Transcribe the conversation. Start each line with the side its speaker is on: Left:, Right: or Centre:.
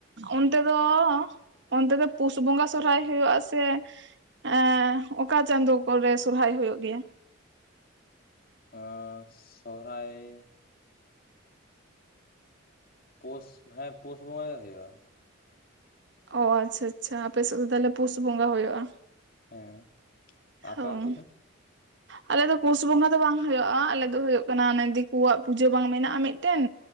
Right: ᱚᱱᱛᱮ ᱫᱚ ᱚᱱᱛᱮ ᱫᱚ ᱯᱩᱥ ᱵᱚᱸᱜᱟ ᱥᱚᱨᱦᱟᱭ ᱦᱩᱭᱩᱜ-ᱟ᱾ ᱥᱮ ᱮᱸ ᱚᱠᱟ ᱪᱟᱸᱫᱳ ᱠᱚᱨᱮ ᱥᱚᱨᱦᱟᱭ ᱦᱩᱭᱩᱜ ᱜᱮᱭᱟ?
Left: ᱚ ᱥᱚᱨᱦᱟᱭ ᱯᱩᱥ ᱦᱮᱸ ᱯᱩᱥ ᱵᱚᱸᱜᱟ ᱜᱮ ᱦᱩᱭᱩᱜ-ᱟ᱾
Right: ᱚ ᱟᱪᱪᱷᱟ ᱟᱪᱪᱷᱟ ᱟᱯᱮ ᱥᱮᱫ ᱫᱚ ᱛᱟᱦᱚᱞᱮ ᱯᱩᱥ ᱵᱚᱸᱜᱟ ᱦᱩᱭᱩᱜ-ᱟ᱾
Left: ᱦᱮᱸ ᱟᱯᱮ
Right: ᱦᱳᱸ
Left: ᱚᱱᱛᱮ ᱫᱚ
Right: ᱟᱞᱮ ᱫᱚ ᱯᱩᱥ ᱵᱚᱸᱜᱟ ᱫᱚ ᱵᱟᱝ ᱦᱩᱭᱩᱜ-ᱟ᱾ ᱟᱞᱮ ᱫᱚ ᱦᱩᱭᱩᱜ ᱠᱟᱱᱟ᱾ ᱚᱱᱮ ᱫᱤᱠᱩᱣᱟᱜ ᱯᱩᱡᱟᱹ ᱵᱟᱝ ᱢᱮᱱᱟᱜ-ᱟ ᱢᱤᱴᱮᱱ᱾